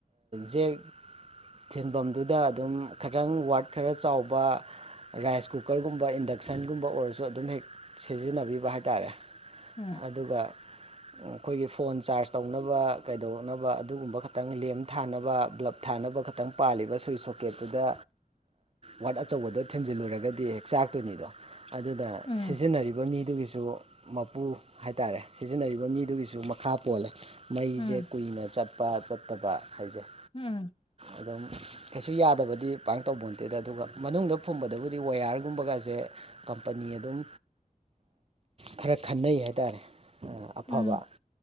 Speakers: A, on the right; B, on the left.
A: ꯖꯦꯛ ꯁꯤꯐꯝꯗꯨꯗ ꯑꯗꯨꯝ ꯈꯤꯇꯪ ꯋꯥꯔꯗ ꯈꯔ ꯆꯥꯎꯕ ꯔꯥꯏꯁ ꯀꯨꯀꯔꯒꯨꯝꯕ ꯏꯟꯗꯛꯁꯟꯒꯨꯝꯕ ꯑꯣꯏꯔꯁꯨ ꯑꯗꯨꯝ ꯍꯦꯛ ꯁꯤꯖꯤꯟꯅꯕꯤꯕ ꯍꯥꯏꯇꯥꯔꯦ
B: ꯎꯝ
A: ꯑꯗꯨꯒ ꯑꯩꯈꯣꯏꯒꯤ ꯐꯣꯟ ꯆꯥꯔꯖ ꯇꯧꯅꯕ ꯀꯩꯗꯧꯅꯕ ꯑꯗꯨꯒꯨꯝꯕ ꯈꯇꯪ ꯂꯦꯝ ꯊꯥꯅꯕ ꯕ꯭ꯂꯞ ꯊꯥꯅꯕ ꯈꯇꯪ ꯄꯥꯜꯂꯤꯕ ꯁꯨꯋꯁ ꯁꯣ ꯄꯀꯦꯠꯇꯨꯗ ꯋꯥꯠ ꯑꯆꯧꯕꯗꯣ ꯊꯤꯟꯖꯤꯜꯂꯨꯔꯒꯗꯤ ꯍꯦꯛ ꯆꯥꯛꯇꯣꯏꯅꯤꯗꯣ ꯑꯗꯨꯗ
B: ꯎꯝ
A: ꯁꯤꯖꯤꯟꯅꯔꯤꯕ ꯃꯤ ꯑꯗꯨꯒꯤꯁꯨ ꯃꯄꯨ ꯍꯥꯏꯇꯥꯔꯦ ꯁꯤꯖꯤꯟꯅꯔꯤꯕ ꯃꯤꯗꯨꯒꯤꯁꯨ ꯃꯈꯥ ꯄꯣꯜꯂꯦ ꯃꯩꯁꯦ
B: ꯎꯝ
A: ꯀꯨꯏꯅ ꯆꯠꯄ ꯆꯠꯇꯕ ꯍꯥꯏꯖꯩ
B: ꯎꯝ
A: ꯑꯗꯨꯝ ꯀꯩꯁꯨ ꯌꯥꯗꯕꯗꯤ ꯄꯥꯏ ꯇꯧꯕ ꯅꯇꯦꯗ ꯑꯗꯨꯒ ꯃꯅꯨꯡꯗ ꯐꯨꯝꯕꯗꯕꯨꯗꯤ ꯋꯥꯌꯥꯔꯒꯨꯝꯕꯒꯁꯦ ꯀꯝꯄꯅꯤ ꯑꯗꯨꯝ ꯈꯔ ꯈꯟꯅꯩ ꯍꯥꯏꯇꯥꯔꯦ ꯑꯐꯕ
B: ꯎꯝ